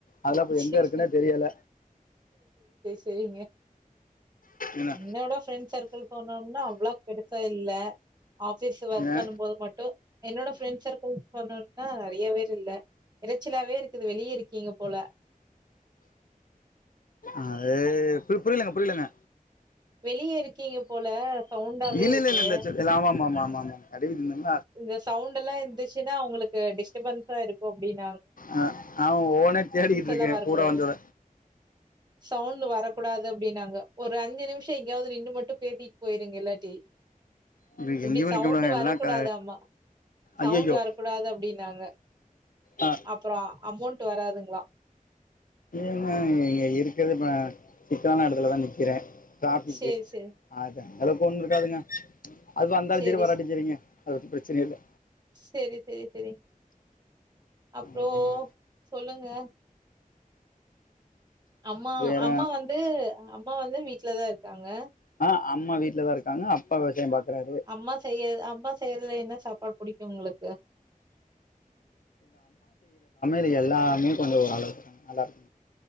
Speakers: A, on the left; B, on the right.
A: அதலா இப்ப எங்க
B: செரி
A: இருக்குனே தெரியல
B: சரிங்க
A: என்ன
B: என்னோட ஃப்ரெண்ட்ஸ் சர்க்கிள் போனோம்னா அவ்ளாக் பிடிப்ப இல்ல ஆபிஸ் ஒர்க்
A: ஏ
B: பணும்போது மட்டு என்னோட ஃப்ரெண்ட்ஸ் சர்கிள் சொன்னனா நெறய பேருல்ல இறச்சிலாவே இருக்குது வெளியருக்கிங்க போல
A: அது பு புரிலங்க புரிலங்க
B: வெளிய இருக்கிங்க போல சவுண்டாவே
A: இல்ல
B: இருக்கு
A: இல்ல இல்ல இல்ல சரி ஆமா ஆமா ஆமா ஆமா கடை வீதில நின்னு
B: இந்த சவுண்டுலா இந்துச்சுனா அவங்ளுக்கு டிஸ்டபன்ஸா இருக்கு அப்டின்னு
A: ஆஹ் அவா ஓனே தேடிக்கிட்ருக்க
B: எல்லாம் வரக்கூடாது.
A: கூட வந்தத
B: சவுண்ட் வரக்கூடாது அப்டினாங்க ஒரு அஞ்சு நிம்ஷ எங்கியாவது நின்னு மட்டும் பேசிட் போயிருங்க இல்லாட்டி
A: இங்க
B: இப்டி
A: எங்யுமே
B: சவுண்ட்
A: நிக்க முடியாதுங்க
B: வரக்கூடாதாம்மா.
A: எல்லாம் க
B: சவுண்ட்
A: ஐயையோ
B: வரக்கூடாது அப்டினாங்க
A: ஆ
B: அப்றம் அமௌண்ட் வராதுங்ளா
A: ஏங்க இருக்றது நா சிக்கலான இடத்துலதா நிக்கிற ட்ராபிக்கு
B: சரி, சரி,
A: அதா எலோ போண்ருக்காதுங்க அது வந்தாலும்
B: சரி,
A: சேரி வராட்டியும்
B: சரி.
A: சேரிங்க அதபத்தி பிரச்சனயில்ல
B: சரி சரி சரி சரிங்க அப்றம்
A: ஓகேங்க
B: சொல்லுங்க அம்மா
A: வேற
B: அம்மா வந்து அம்மா வந்து வீட்லதா இருக்காங்க
A: ஆ அம்மா வீட்லதா இருக்காங்க அப்பா விவசாயோ பாக்குறாரு
B: அம்மா செய்யற அம்மா ச தேர்ல என்ன சாப்பாடு புடிக்கு உங்களுக்கு
A: ப எல்லாமே கொஞ்சொ ஓரளவு நல்லாருக்கு